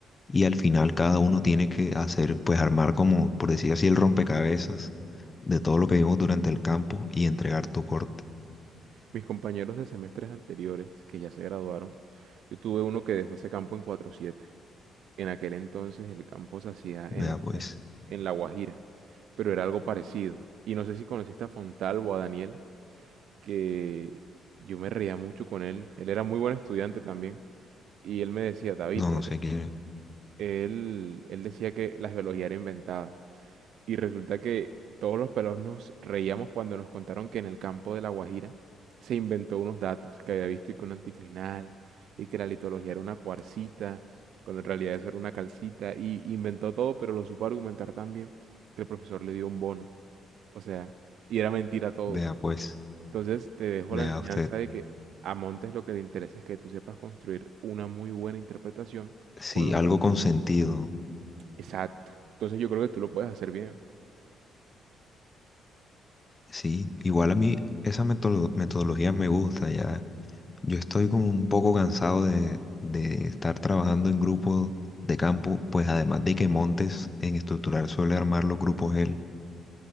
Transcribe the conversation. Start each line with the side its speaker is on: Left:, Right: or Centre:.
Left: y al final cada uno tiene que hacer, pues armar como, por decir así, el rompecabezas de todo lo que vimos durante el campo y entregar tu corte.
Right: Mis compañeros de semestres anteriores, que ya se graduaron, yo tuve uno que dejó ese campo en cuatro siete En aquel entonces el campo se hacía en,
Left: Vea pues.
Right: en- en La Guajira, pero era algo parecido. Y no sé si conociste a Fontalvo, a Daniel, que yo me reía mucho con él. Él era muy buen estudiante también. Y él me decía, David,
Left: No, no
Right: ese-
Left: sé quién es.
Right: él, él decía que la geología era inventada. Y resulta que todos los pelados nos reíamos cuando nos contaron que en el campo de La Guajira se inventó unos datos que había visto y que un anticlinal y que la litología era una cuarcita, cuando en realidad eso era una calcita y inventó todo, pero lo supo argumentar tan bien que el profesor le dio un bono. O sea, y era mentira todo.
Left: Vea pues,
Right: Entonces te dejo
Left: vea
Right: la enseñanza
Left: usted.
Right: de que a Montes lo que le interesa es que tú sepas construir una muy buena interpretación
Left: Sí,
Right: con los
Left: algo
Right: datos
Left: con
Right: que...
Left: sentido, ¿no?
Right: Exacto. Entonces yo creo que tú lo puedes hacer bien,
Left: Sí, igual a mí esa metolo- metodología me gusta ya. Yo estoy como un poco cansado de, de estar trabajando en grupos de campo, pues además de que Montes en estructural suele armar los grupos él